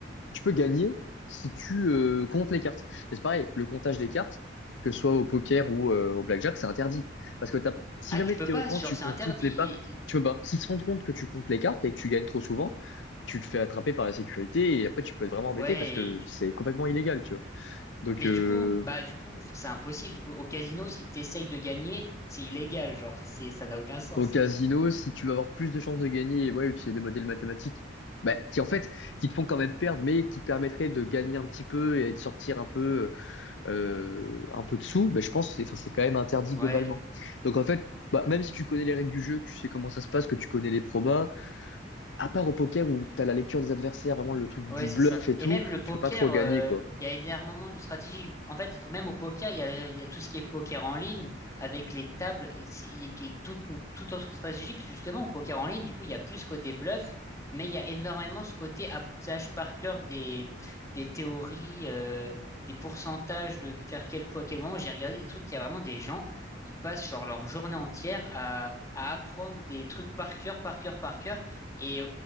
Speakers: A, on the left (about 75°); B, on the left (about 15°).
A: tu peux gagner si tu euh, comptes les cartes. Et C'est pareil, le comptage des cartes, que ce soit au poker ou euh, au blackjack, c'est interdit. Parce que t'as, si
B: Ah,
A: jamais
B: tu peux
A: théoriquement
B: pas, genre,
A: tu
B: c'est
A: comptes
B: interdit.
A: toutes les cartes,
B: et- et-
A: tu peux pas. S'ils se rendent compte que tu comptes les cartes et que tu gagnes trop souvent, tu te fais attraper par la sécurité et après tu peux être vraiment
B: ouais.
A: embêté parce que
B: et tu-
A: c'est complètement illégal, tu vois. Donc
B: mais
A: euh,
B: du coup, bah, du coup, enfin, c'est impossible. Du coup, au casino, si t'essayes de gagner, c'est illégal, genre, <laughs> c'est, ça n'a aucun sens.
A: Au casino, si tu vas avoir plus de chances de gagner, et ouais, utiliser des modèles mathématiques, bah, qui en fait, qui te font quand même perdre, mais qui te permettraient de gagner un petit peu et de sortir un peu, euh, un peu de sous, bah, je pense que c'est, enfin, c'est quand même interdit
B: Ouais.
A: globalement. Donc en fait, bah, même si tu connais les règles du jeu, que tu sais comment ça se passe, que tu connais les probas, à part au poker où t'as la lecture des adversaires, vraiment le truc
B: Ouais,
A: du
B: c'est
A: bluff
B: ça.
A: et tout,
B: Et même le poker,
A: tu peux pas trop gagner,
B: euh,
A: quoi.
B: il y a énormément de stratégies. En fait, même au poker, il y a, il y a tout ce qui est poker en ligne avec les tables, euh, si- il y a- qui est toute une toute autre stratégie. Parce que justement, au poker en ligne, du coup, il y a plus ce côté bluff, mais il y a énormément ce côté apprentissage par cœur des, des théories, euh, des pourcentages de faire quel coup à quel moment. J'ai regardé des trucs, il y a vraiment des gens, ils passent genre leur journée entière à, à apprendre des trucs par cœur, par cœur, par cœur. Et